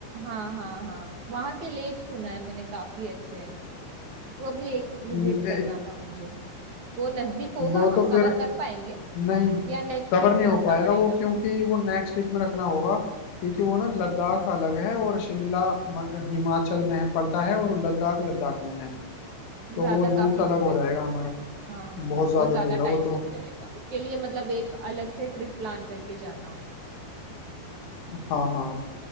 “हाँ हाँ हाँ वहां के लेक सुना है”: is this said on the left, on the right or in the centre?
Right